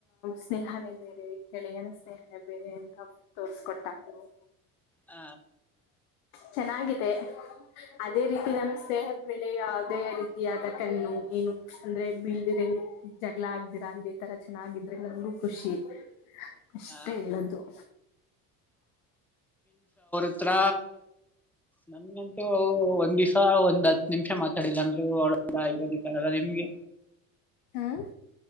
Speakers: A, on the left; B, in the centre.
A: ಸ್ನೇಹನೇ ಬೇರೆ ಗೆಳೆಯನ ಸ್ನೇಹನೇ ಬೇರೆ ಅಂತ ತೋರ್ಸ್ಕೊಟ್ಟಾಗರು
B: ಹ
A: ಚೆನ್ನಾಗಿದೆ ಅದೇ ರೀತಿ ನಮ್ ಸ್ನೇಹದ ಮೇಲೆ ಯಾವುದೇ ರೀತಿಯಾದ ಕಣ್ಣು ಏನು ಅಂದ್ರೆ ಬೀಲ್ದಿರ ಜಗಳ ಆಗ್್ದಿರಾ ಇದೇ ತರ ಚೆನ್ನಾಗಿದ್ರೆ ನಮಗು ಖುಷಿ ಅಷ್ಟೇ
B: ಹ
A: ಹೇಳದು ಇಲ್ಲ
B: ಅತ್ರ ನನ್ಗಂತೂ ಅವು ಒಂದ್ ದಿವಸ ಹ ಒಂದ ಹತ್ತು ನಿಮಿಷ ಮಾತಾಡಿಲ್ಲ ಇರೋದ ನಿಮ್ಗೆ
A: ಹ್ಮ್